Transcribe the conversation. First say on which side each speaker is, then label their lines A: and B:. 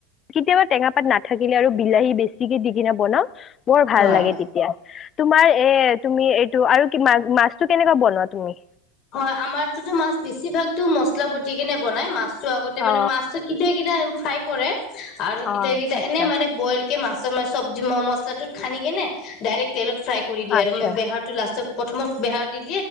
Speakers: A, on the left (about 35°); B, on the left (about 50°).
A: কেতিয়াবা টেঙা পাত নাথাকিলে আৰু বিলাহী বেছিকে দি কিনে বনাও, বৰ ভাল
B: হয়।
A: লাগে তেতিয়া। এতিয়া তোমাৰ এ তুমি, এইটো আৰু মা- মাছটো কেনেকুৱা বনোৱা তুমি?
B: হয়। আমাৰতো মাছ বেছিভাগতো মছলা বতি কিনে বনাই, মাছতো আগতে মানে
A: অ
B: মাছ কেতিয়াবা কেতিয়াবা ফ্ৰাই কৰে আৰু, কেতিয়া
A: অ
B: কেতিয়া
A: আচ্ছা
B: এনেই মানে বইল মাছৰ ম <unintelligible> চব্জি মছলাটোত সানি কিনে, ডাইৰেক্ট তেলত ফ্ৰাই কৰি দিয়ে
A: আচ্ছা
B: আৰু। বেহত লাষ্টত প্ৰথমত বেহাৰ দি,